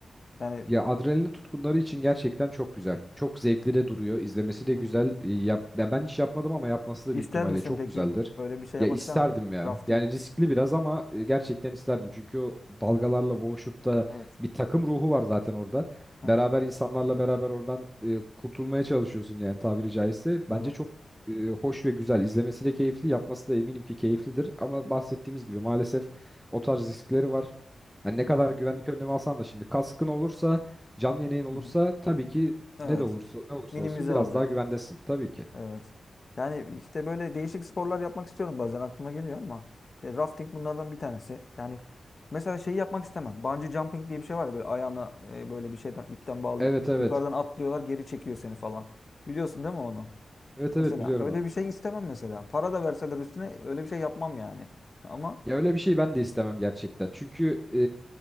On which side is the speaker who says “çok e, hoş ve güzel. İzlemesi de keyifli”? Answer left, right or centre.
Centre